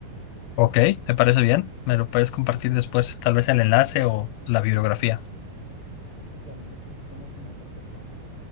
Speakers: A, on the left; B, on the left.
A: Ok, ¿te parece bien? ¿Me lo puedes compartir después, tal vez el enlace o la bibliografía?
B: Sí, claro, entonces estamos en contacto pronto.